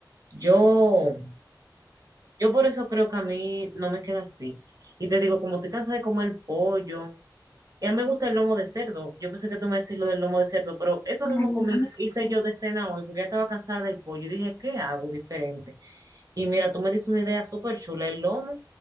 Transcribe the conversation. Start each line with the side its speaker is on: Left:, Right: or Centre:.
Right: Yo Yo por eso creo que a mí no me queda así. Y te digo, como estoy cansada de comer pollo, y a mí me gusta el lomo de cerdo. Yo pensé que tú me decías lo del lomo de cerdo, pero eso
Left: Ay,
Right: mismo
Left: el
Right: comí,
Left: lomo
Right: hice
Left: de cerdo,
Right: yo de cena hoy, porque ya estaba cansada del pollo. Y dije, ¿qué hago diferente? Y mira, tú me dices una idea súper chula, el lomo